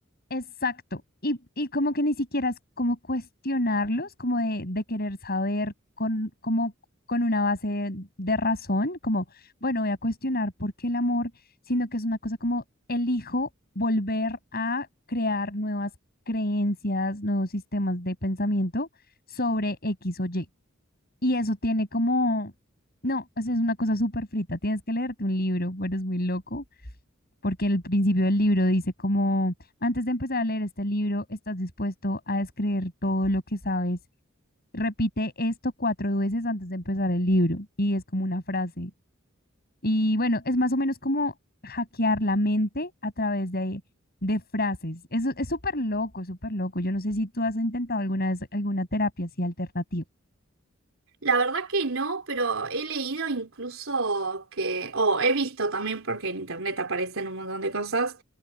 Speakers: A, on the left (about 50°); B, on the right (about 75°).
A: exacto. Y, y como que ni siquiera es como cuestionarlos, como de, de querer saber con, como con una base de razón, como, bueno, voy a cuestionar por qué el amor, sino que es una cosa como elijo volver a crear nuevas creencias, nuevos sistemas de pensamiento sobre X o Y. Y eso tiene como, no, o sea, es una cosa súper frita, tienes que leerte un libro, pero es muy loco, porque el principio del libro dice como, antes de empezar a leer este libro, estás dispuesto a descreer todo lo que sabes, repite esto cuatro veces antes de empezar el libro, y es como una frase. Y bueno, es más o menos como hackear la mente a través de, de frases. Eso es súper loco, súper loco. Yo no sé si tú has intentado alguna vez alguna terapia así alternativa.
B: La verdad que no, pero he leído incluso que, o he visto también, porque en internet aparecen un montón de cosas,